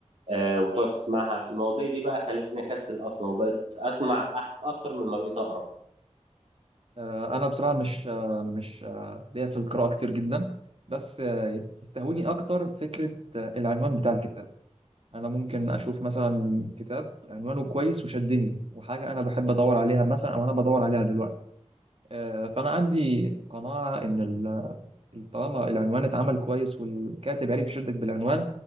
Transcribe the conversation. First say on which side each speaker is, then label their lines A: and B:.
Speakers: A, on the right; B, on the right.
A: آه، وتقعد تسمعها المواضيع دي بقى خلتني أكسل أصلا وبقيت أسمع أح- أكتر من ما بقيت أقرا
B: آه انا بصراحه مش آه مش آه ليا في القراءه كتير جدا بس آه تستهويني اكتر فكره آه العنوان بتاع الكتاب انا ممكن اشوف مثلا كتاب عنوانه كويس وشدني وحاجه انا بحب ادور عليها مثلا او انا بدور عليها دلوقتي آه، فانا عندي قناعه ان ال- ال- طالما العنوان اتعمل كويس والكاتب عرف يشدك بالعنوان